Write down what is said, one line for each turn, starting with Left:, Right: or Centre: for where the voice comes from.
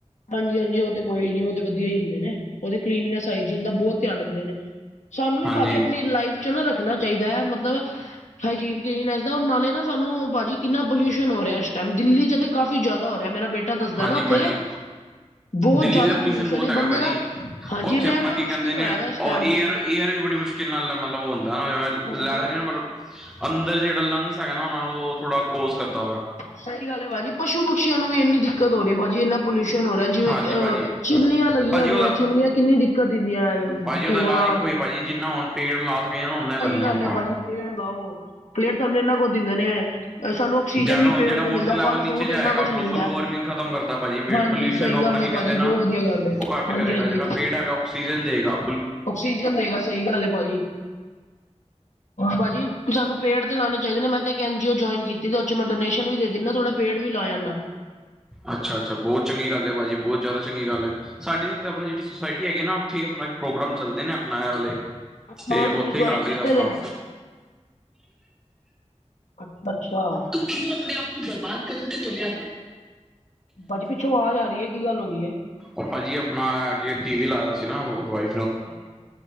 Left: ਹਾਂਜੀ ਹਾਂਜੀ ਉਹ ਤੇ ਕੋਈ ਨੀ, ਉਹ ਤੇ ਵਧੀਆ ਹੀ ਹੁੰਦੇ ਨੇ। ਉਹ ਤੇ ਕਲੀਨੈਸ, ਆਏ ਜੀਨ ਦਾ ਬਹੁਤ ਧਿਆਨ ਰੱਖਦੇ ਨੇ। ਸਾਨੂੰ ਵੀ
Centre: ਹਾਂਜੀ
Left: ਭਾਜੀ, ਆਪਣੀ ਲਾਈਫ 'ਚ ਨਾ ਰੱਖਣਾ ਚਾਹੀਦਾ ਹੈ। ਮਤਲਬ ਹਾਈਜੀਨ ਕਲੀਨੈਸ ਦਾ, ਨਾਲੇ ਨਾ ਸਾਨੂੰ ਭਾਜੀ ਕਿੰਨਾ ਪੋਲਿਊਸ਼ਨ ਹੋ ਰਿਹਾ, ਇਸ ਟਾਈਮ ਦਿੱਲੀ 'ਚ ਤੇ ਕਾਫੀ ਜਿਆਦਾ ਹੋ ਰਿਹਾ, ਮੇਰਾ ਬੇਟਾ ਦੱਸਦਾ
Centre: ਹਾਂਜੀ
Left: ਨਾ ਉੱਥੇ।
Centre: ਭਾਜੀ
Left: ਬਹੁਤ
Centre: ਦਿੱਲੀ
Left: ਜ਼ਿਆਦਾ
Centre: ਦਾ ਪੋਲਿਊਸ਼ਨ ਬਹੁਤ
Left: ਹੈ ਬੰਦੇ
Centre: ਹੈਗਾ ਭਾਜੀ,
Left: ਦਾ ਹਾਂਜੀ
Centre: ਉੱਥੇ
Left: ਰਹਿਣਾ
Centre: ਆਪਣਾ ਕੀ
Left: ਮੁਸ਼ਕਿਲ
Centre: ਕਹਿੰਦੇ
Left: ਹੋਇਆ
Centre: ਨੇ,
Left: ਦਾ ਇਸ
Centre: ਉਹ
Left: ਟਾਈਮ
Centre: ਇਹ ਯਾਰ ਈ ਆਰ ਵੀ ਬੜੀ ਮੁਸ਼ਕਿਲ ਨਾਲ, ਮਤਲਬ ਉਹ ਹੁੰਦਾ ਨਾ ਜਿਵੇਂ
Left: ਹਾਂਜੀ
Centre: ਲੈਦੇ ਨੇ ਅੰਦਰ ਜਿਹੜਾ ਲੰਗਸ ਹੈਗਾ ਨਾ, ਉਹਨਾਂ ਨੂੰ ਉਹ ਥੋੜਾ ਕੋਲੋਜ ਕਰਦਾ ਵਾ।
Left: ਸਹੀ ਗੱਲ ਹੈ ਭਾਜੀ, ਪਸੂ ਪਕਸ਼ੀਆਂ ਨੂੰ ਵੀ ਇੰਨੀ ਦਿੱਕਤ ਹੋ ਰਹੀ ਹੈ। ਭਾਜੀ ਇੰਨਾ ਪੋਲਿਊਸ਼ਨ ਹੋ ਰਿਹਾ ਜਿਵੇ
Centre: ਹਾਂਜੀ
Left: ਅ
Centre: ਭਾਜੀ
Left: ਚਿਮਨੀਆਂ ਲੱਗੀਆਂ
Centre: ਭਾਜੀ
Left: ਦੀਆਂ,
Centre: ਉਹਦਾ
Left: ਚਿਮਨੀਆਂ ਕਿੰਨੀ ਦਿੱਕਤ ਦਿੰਦੀਆਂ,
Centre: ਭਾਜੀ ਉਹਦਾ
Left: ਧੂੰਆਂ।
Centre: ਇਲਾਜ ਇੱਕੋ ਹੀ ਭਾਜੀ ਜਿੰਨਾ ਹੁਣ ਪੇੜ ਲਾ ਸਕੇ ਨਾ, ਉਹਨੇ ਲਾਈਏ
Left: ਗੱਲ
Centre: ਆਪਾਂ
Left: ਹੈ ਬਾਜੀ ਪੇੜ ਲਾੳ, ਪੇੜ ਸਾਨੂੰ ਇਨਾ ਕੁੱਝ ਦਿੰਦੇ ਨੇ। ਸਾਨੂੰ ਆਕਸੀਜਨ
Centre: ਜਵੇ
Left: ਵੀ
Centre: ਹੁਣ
Left: ਪੇੜ
Centre: ਜਿਹੜਾ
Left: ਤੋਂ
Centre: ਵਾਟਰ
Left: ਮਿਲਦਾ
Centre: ਲੈਵਲ
Left: ਫਲ
Centre: ਨੀਚੇ
Left: ਫਰੂਟ
Centre: ਜਾਏਗਾ,
Left: ਇੰਨਾ ਕੁਝ
Centre: ਗਲੋਬਲ
Left: ਮਿਲਦਾ
Centre: ਵਾਰਮਿੰਗ ਖਤਮ ਕਰਦਾ ਭਾਅਜੀ ਪੇੜ,
Left: ਹਾਂਜੀ
Centre: ਪੋਿਲੋਊਸ਼ਨ
Left: ਸਹੀ
Centre: ਨੂੰ ਆਪਣਾ
Left: ਗੱਲ
Centre: ਕੀ
Left: ਹੈ
Centre: ਕਹਿੰਦੇ
Left: ਬਾਜੀ
Centre: ਨਾ,
Left: ਬਹੁਤ ਵਧੀਆ ਗੱਲ ਹੈ
Centre: ਉਹ ਘੱਟ
Left: ਹਾਂਜੀ
Centre: ਕਰੇਗਾ,
Left: ਹਾਂਜੀ
Centre: ਜਿਹੜਾ ਪੇੜ ਹੈਗਾ ਆਕਸੀਜਨ ਦੇਵੇਗਾ।
Left: ਆਕਸੀਜਨ ਦੇਗਾ, ਸਹੀ ਗੱਲੇ ਭਾਜੀ। ਭਾਜੀ, ਸਾਨੂੰ ਪੇੜ ਤੇ ਲਾਣੇ ਚਾਹੀਦੇ ਨੇ। ਮੈਂ ਇੱਕ ਐਨਜੀ ਔ ਜੁਆਇਨ ਕੀਤੀ, ਤੇ ਉਹ 'ਚੋਂ ਮੈਂ ਡੋਨੇਸ਼ਨ ਵੀ ਦੇ ਦਿੰਦਾ ਥੋੜੇ ਪੇੜ ਵੀ ਲਾਇਆ ਨਾ।
Centre: ਅੱਛਾ ਅੱਛਾ, ਬਹੁਤ ਚੰਗੀ ਗੱਲ ਹੈ ਭਾਜੀ, ਬਹੁਤ ਜ਼ਿਆਦਾ ਚੰਗੀ ਗੱਲ ਹੈ। ਸਾਡੇ ਇੱਥੇ, ਆਪਣੀ ਜਿਹੜੀ ਸੁੋਸਾਇਟੀ ਹੈਗੀ ਨਾ, ਉੱਥੇ ਹੀ ਆਪਣਾ ਪ੍ਰੋਗਰਾਮ ਚੱਲਦੇ ਨੇ, ਆਪਣਾ ਇਹ ਵਾਲੇ।
Left: ਅੱਛਾ
Centre: ਤੇ
Left: ਮਤਲਬ ਤੁਸੀਂ
Centre: ਉੱਥੇ
Left: ਜੁਆਇਨ
Centre: ਹੀ ਕਰ ਲਈਦਾ
Left: ਕੀਤੇ
Centre: ਆਪਾਂ।
Left: ਦੇ ਨੇ ਅੱਛਾ, ਅੱਛਾ।
Centre: ਤੂੰ ਕਿਵੇਂ ਆਪਣੇ ਆਪ ਨੂੰ, ਬਰਬਾਦ ਕਰਨ ਤੇ ਤੁਲਿਆ।
Left: ਬਾਜੀ ਪਿੱਛੋਂ ਆਵਾਜ਼ ਆ ਰਹੀ ਹੈ, ਕੀ ਗੱਲ ਹੋਈਏ?
Centre: ਾਭਾਜੀ ਆਪਣਾ, ਕੇ ਟੀ ਵੀ ਲਾਇਏ ਦਾ ਸੀ ਨਾ ੳ ਏ।
Left: ਅੱਛਾ, ਅੱਛਾ।